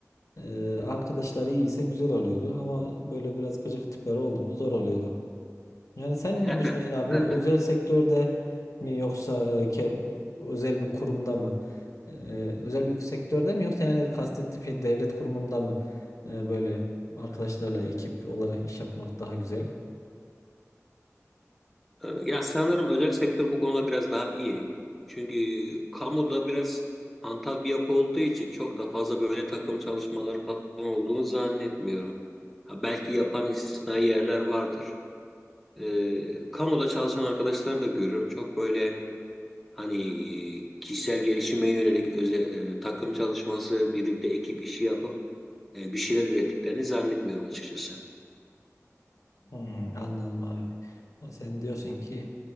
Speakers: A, on the left; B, in the centre.
A: e, arkadaşlar iyiyse güzel oluyordu ama böyle biraz gıcık tipler oldu mu zor oluyordu. Yani sen
B: <laughs>
A: ne düşünüyorsun abi? Özel sektörde mi yoksa e, ke- bu- özel bir kurumda mı? E, özel bir sektörde mi yoksa yani kastettiğim şey devlet kurumunda mı E, böyle arkadaşlarla ekip olarak iş yapmak daha güzel?
B: Ee, Ya sanırım özel sektör bu konuda biraz daha iyi. Çünkü kamuda biraz hantal bir yapı olduğu için çok da fazla böyle takım çalışmaları falan olduğunu zannetmiyorum. Ha, belki yapan istisnai yerler vardır. Ee, kamuda çalışan arkadaşlar da görüyorum. Çok böyle hani kişisel gelişime yönelik öze, e, takım çalışması, birlikte ekip işi yapıp e, bir şeyler ürettiklerini zannetmiyorum açıkçası.
A: Hmm, anladım abi. Ama Sen diyorsun ki